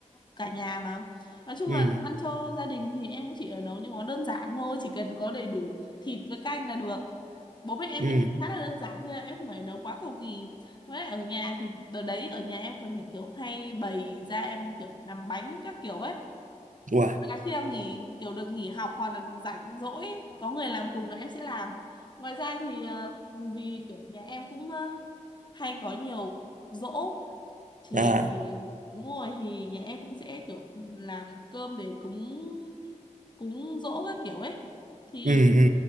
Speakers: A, on the left; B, on the right.
A: cả nhà mà nói chung
B: ừ
A: là nấu ăn cho gia đình thì em cũng chỉ ở nấu những món đơn giản thôi chỉ cần có đầy đủ thịt với canh là được bố mẹ em
B: ừ
A: thì ăn khá là đơn giản thôi em không phải nấu quá cầu kỳ với lại ở nhà thì đợt đấy ở nhà em còn phải kiểu hay bày ra em kiểu làm bánh các kiểu ấy
B: Uầy.
A: là khi em nghỉ kiểu được nghỉ học hoặc là rảnh rỗi có người làm cùng là em sẽ làm ngoài ra thì ờ, vì kiểu nhà em cũng ờ, hay có nhiều giỗ thì
B: à
A: đúng rồi thì nhà em cũng sẽ kiểu làm cơm để cúng cúng giỗ các kiểu ấy thì
B: ừ ừ